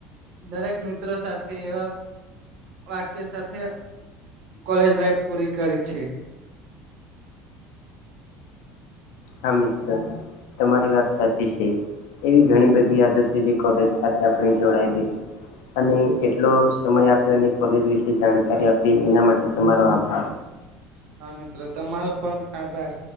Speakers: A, on the right; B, on the left.
A: દરેક મિત્રો સાથે એવા વાક્ય સાથે કોલેજ લાઈફ પૂરી કરી છે
B: હા મિત્ર તમારી વાત સાચી છે એવી ઘણી બધી યાદ હશે જે કોલેજ સાથે આપ જોડાયેલી અને એટલો સમય આપ્યો અને કોલેજ વિશે જાણકારી આપી એના માટે તમારો આભાર
A: હા મિત્રો તમારો પણ આભાર